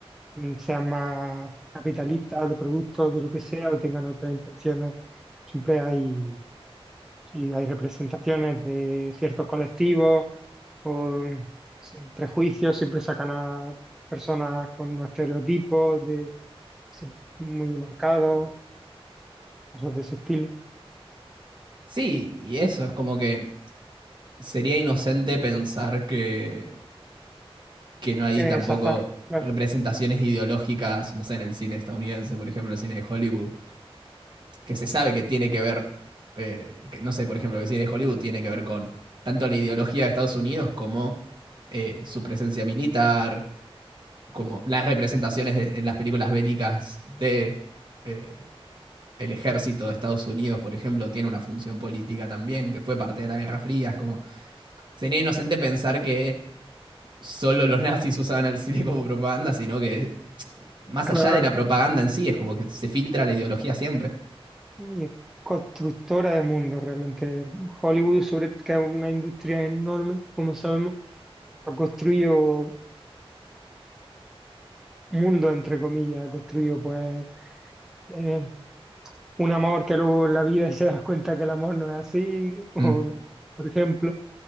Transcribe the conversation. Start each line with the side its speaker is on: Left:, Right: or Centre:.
Centre: mm, sean más capitalistas, de productos, de lo que sea, o tengan otras intenciones, siempre hay. Si hay representaciones de ciertos colectivos o mm, sin prejuicios, siempre sacan a personas con unos estereotipos de, se- muy marcados, cosas de ese estilo,
Right: Sí, y eso es como que sería inocente pensar que, que no hay
Centre: que
Right: tampoco
Centre: es azar, claro,
Right: representaciones ideológicas, no sé, en el cine estadounidense, por ejemplo, el cine de Hollywood, que se sabe que tiene que ver, eh, que, no sé, por ejemplo, que el cine de Hollywood tiene que ver con tanto la ideología de Estados Unidos como eh, su presencia militar, como las representaciones de- en las películas bélicas de eh, el ejército de Estados Unidos, por ejemplo, tiene una función política también, que fue parte de la Guerra Fría, es como Sería inocente pensar que solo los nazis usaban al cine como propaganda, sino que más
Centre: claro.
Right: allá de la propaganda en sí, es como que se filtra la ideología siempre.
Centre: Y es constructora de mundo realmente. Hollywood, sobre, que es una industria enorme, como sabemos, ha construido mundo, entre comillas, ha construido pues eh, un amor que luego en la vida se das cuenta que el amor no es así, <laughs> o,
Right: Mm.
Centre: por ejemplo.